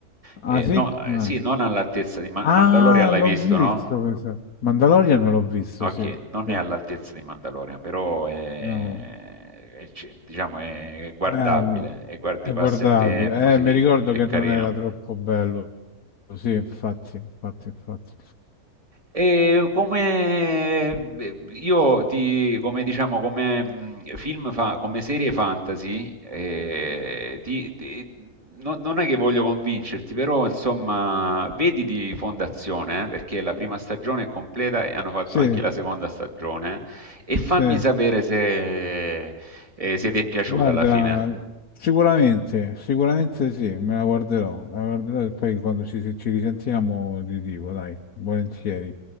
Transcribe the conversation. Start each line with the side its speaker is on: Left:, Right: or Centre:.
Left: Ah,
Right: E,
Left: sì?
Right: no, eh,
Left: Ah,
Right: sì, non all'altezza di Ma-
Left: Ah,
Right: Mandalorian, l'hai
Left: l'ho
Right: visto,
Left: visto,
Right: no?
Left: penso. Mandalorian l'ho visto,
Right: Okay,
Left: sì.
Right: non
Left: Sì.
Right: è all'altezza di Mandalorian, però è
Left: No.
Right: è c diciamo è guardabile
Left: Eh,
Right: e guardi
Left: è
Right: passa
Left: guardabile.
Right: il tempo, sì,
Left: Eh, mi ricordo
Right: è
Left: che
Right: carino.
Left: non era troppo bello. Sì, infatti, infatti, infatti.
Right: E come eh, io ti, come diciamo, come mh, film fa, come serie fantasy, eh, ti- ti- no- non è che voglio convincerti, però insomma, vedi di Fondazione, eh, perché la prima stagione è completa e hanno fatto
Left: Sì,
Right: anche la seconda stagione, eh, e fammi
Left: sì.
Right: sapere se, eh, se ti è piaciuta
Left: Guarda,
Right: alla fine.
Left: sicuramente, sicuramente sì, me la guarderò. Me la guarderò e poi quando ci, ci risentiamo ti dico, dai, volentieri.